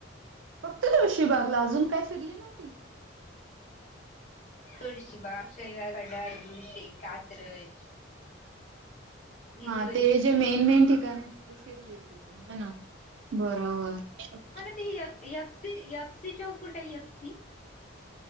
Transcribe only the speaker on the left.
तुळशीबाग, शनिवारवाडा, दगडूशेठ, कात्रज फिरली
होती.
ती यप.. यपसी.. यपसी.. चौक कुठ आहे? FC